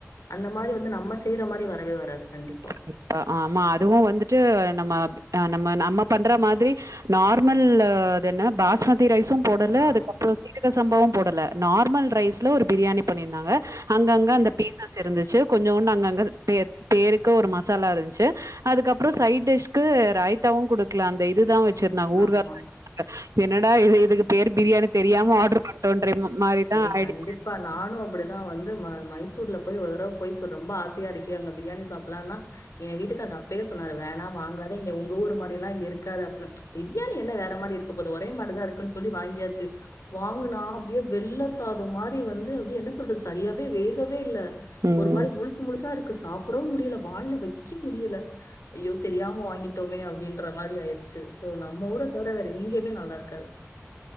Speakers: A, on the left; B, on the right.
A: அந்த மாரி வந்து நம்ம செய்ற மாரி வரவே வராது கண்டிப்பா
B: <inaudible> ப்பா ஆமா அதுவு வந்துட்டு நம்ம பி அ நம்ம நம்ம பண்ற மாதிரி நார்மல்லு இது என்ன பாஸ்மதி ரைஸ் ஸும் போடல
A: ஆ
B: அதுக்கப்றோ சீரக சம்பாவும் போடல நார்மல் ரைஸ்ல ஒரு பிரியாணி பண்ணியிருந்தாங்க அங்கங்க
A: ம்
B: அந்த பீசஸ் இருந்துச்சு கொஞ்சோண்டு அங்கங்க பே பேருக் கு ஒரு மசாலா இருந்த்ச்சு அதுக்கப்பறொ சைட் டிஷ்க்கு ரைத்தாவு குடுக்ல அந்த இதுதா வெச் சிர்ந்தாங் ஊர்கா
A: ஆமா
B: <inaudible> என்னடா இயது இதுக்கு பேர் பிரியாணி தெரியாம ஆர்டர் பண்ணிட்டோன்ற மாரி தான்
A: ஏ
B: ஆயிடுச்சு.
A: கண்டிப்பா நானு அப்டிதா வந்து ம மைஸ் சூர்ல போய் ஒரு தடவ போய் ஸொ ரொம்ப ஆசையா இருக்கே அங்க பிரியாணி சாப்புல்லான்னா ஏ வீட்டுக்காரு அப்பவே சொன்னாரு வேணா வாங்காத இங்க உங்க ஊர் மாரில்லா இங்க இருக்காது அப்புன பிரியாணி என்ன வேற மாரி இருக்கப் போது ஒரே மாரிதா இருக்குன் சொல்லி வாங்கி யாச்சி வாங்குனா அப்டியே வெள்ள சாதம் மாரி வந்து அப்டியே என்ன சொல்றது சரியாவே வேகவே இல்ல
B: ம்.
A: ஒரு மாரி முழுசு முழுசா இருக்கு சாப்புடவும் முடியல வாய்ல வெக்க முடியல ஐயோ தெரியாம வாங்கிட்டோமே அப்டின்ற மாரி ஆயிருச்சு சோ நம்ம ஊர தவர வேற எங்கய்மே நல்லா இருக்காது